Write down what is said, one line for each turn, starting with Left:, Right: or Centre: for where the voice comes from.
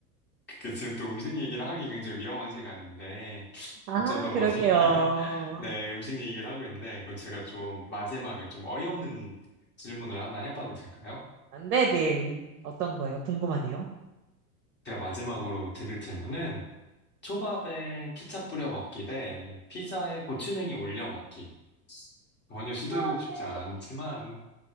Left: 그 지금 또 음식 얘기를 하기 굉장히 위험한 시간인데
Right: 아,
Left: 어쩌다
Right: 그러게요.
Left: 보니까 <laughs> 네 음식 얘기를 하고 있는데 그럼 제가 좀 마지막에 좀 어이없는 질문을 하나 해봐도 될까요?
Right: 네네. 어떤 거예요? 궁금하네요.
Left: 제가 마지막으로 드릴 질문은 초밥에 케첩 뿌려 먹기 대 피자에 고추냉이 올려 먹기 전혀
Right: 초밥에,
Left: 시도해보고 싶지 않지만